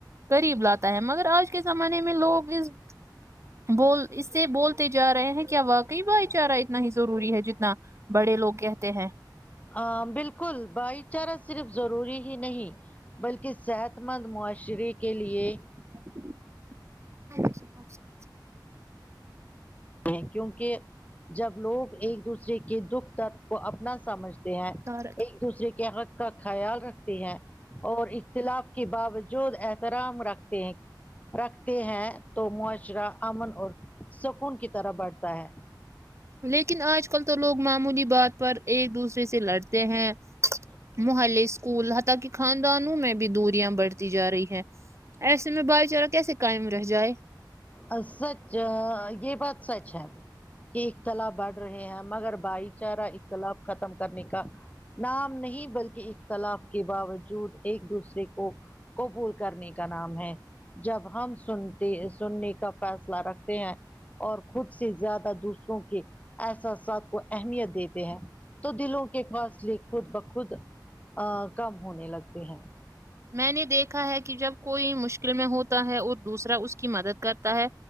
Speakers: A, on the right; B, on the left.
A: کریب لاتا ہے مگر آج کے زمانے میں لوگ اس بول اس سے بولتے تے جا رہے ہیں کیا واقعی بھائی چارہ اتنا ہی ضروری ہے جتنا بڑے لوگ کہتے ہیں
B: ہاں بالکل بھائی چارہ صرف ضروری ہی نہیں بلکہ صحت مند معاشرے کے لیے
A: <unintelligible>
B: ہیں کیونکہ جب لوگ ایک دوسرے کے دکھ درد کو اپنا سمجھتے ہیں
A: ہوں
B: ایک دوسرے کے حق کا خیال رکھتے ہیں اور اختلاف کے باوجود احترام رکھتے ہیں رکھتے ہیں تو معاشرہ امن اور سکون کی طرح بڑھتا ہے
A: لیکن آج کل تو لوگ معمولی بات پر ایک دوسرے سے لڑتے ہیں
B: ہ
A: محلے اسکول حتا کہ خاندانوں میں بھی دوریاں بڑھتی جا رہی ہے ایسے میں بھائی چارہ کیسے قائم رہ جائے
B: آ سچ آ یے بات سچ ہے کے اختلاف بڑھ رہے ہیں مگر بھائی چارہ اختلاف ختم کرنے کا نام نہیں بلکی اختلاف کے باوجود ایک دوسرے کو قبول کرنے کا نام ہے جب ہم سن تے ہے سننے کا فیصلہ رکھتے ہیں اور خود سے زیادہ دوسروں کے احساسات کو اہمیت دیتے ہیں تو دلوں کے فاصلے خود بخود آ کم ہونے لگتے ہیں
A: میں نے دیکھا ہے کی جب کوئی مشکل میں ہوتا ہے اور دوسرا اس کی مدد کرتا ہے